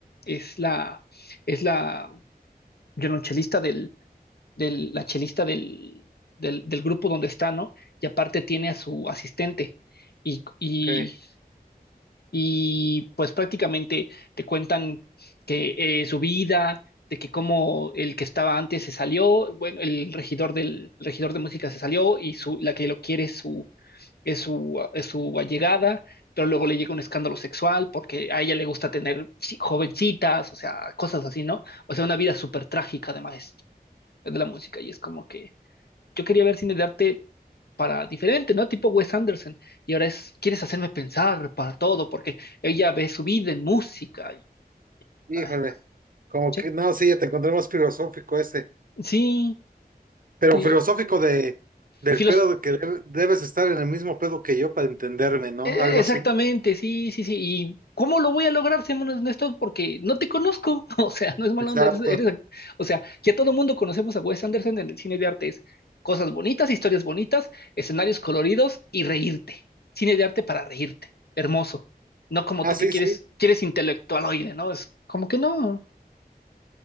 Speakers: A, on the left (about 75°); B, on the right (about 60°).
A: es la, es la violonchelista del, del, la chelista del, del, del grupo donde está, ¿no? Y aparte tiene a su asistente. Y, y,
B: Ok,
A: y pues prácticamente te cuentan que eh, su vida, de que como el que estaba antes se salió, bueno, el regidor del el regidor de música se salió y su, la que lo quiere es su es su, es su allegada, pero luego le llega un escándalo sexual porque a ella le gusta tener chi- jovencitas, o sea, cosas así, ¿no? O sea, una vida súper trágica además de la música y es como que yo quería ver cine de arte para diferente, ¿no? Tipo Wes Anderson y ahora es, quieres hacerme pensar para todo porque ella ve su vida en música y,
B: híjole.
A: ay, no,
B: Como
A: sí,
B: que, no, sí, ya te encontré más filosófico ese.
A: sí,
B: Pero
A: y
B: filosófico de, del
A: filos-
B: pedo de que deb- debes estar en el mismo pedo que yo para entenderme, ¿no?
A: E-
B: Algo
A: Exactamente,
B: así.
A: sí, sí, sí. ¿Y cómo lo voy a lograr, seamos honestos? Porque no te conozco. <laughs> O sea, no es mala
B: Exacto.
A: onda. Eres, eres- o sea, ya todo el mundo conocemos a Wes Anderson en el cine de arte. Es cosas bonitas, historias bonitas, escenarios coloridos y reírte. Cine de arte para reírte. Hermoso. No como
B: Ah,
A: tú
B: sí,
A: que quieres,
B: sí.
A: quieres intelectualoide, ¿no? Es como que no.